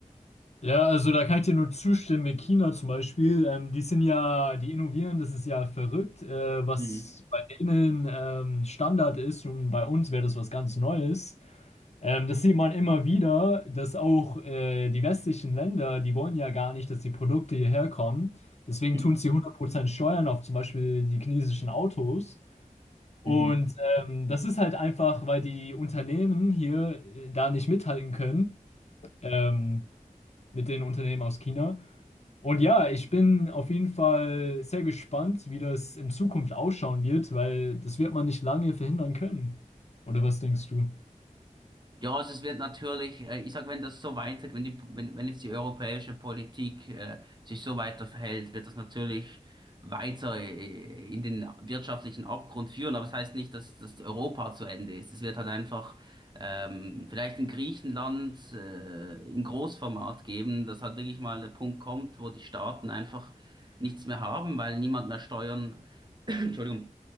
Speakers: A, on the left; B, on the right.
A: Ja, also da kann ich dir nur zustimmen. Mit China zum Beispiel, ähm, die sind ja, die innovieren, das ist ja verrückt, äh, was
B: Mhm.
A: bei denen ähm, Standard ist und bei uns wäre das was ganz Neues. Ähm, das sieht man immer wieder, dass auch äh, die westlichen Länder, die wollen ja gar nicht, dass die Produkte hierher kommen. Deswegen
B: <laughs>
A: tun sie hundert Prozent Steuern auf zum Beispiel die chinesischen Autos. Und
B: Mhm.
A: ähm, das ist halt einfach, weil die Unternehmen hier äh, da nicht mithalten können ähm, mit den Unternehmen aus China. Und ja, ich bin auf jeden Fall sehr gespannt, wie das in Zukunft ausschauen wird, weil das wird man nicht lange verhindern können. Oder was denkst du?
B: Ja, also es wird natürlich, äh, ich sag, wenn das so weiter, wenn die, wenn, wenn jetzt die europäische Politik äh, sich so weiter verhält, wird das natürlich weiter äh, in den wirtschaftlichen Abgrund führen. Aber es das heißt nicht, dass, dass Europa zu Ende ist. Es wird halt einfach ähm, vielleicht in Griechenland äh, in Großformat geben, dass halt wirklich mal der Punkt kommt, wo die Staaten einfach nichts mehr haben, weil niemand mehr Steuern <clears throat> Entschuldigung,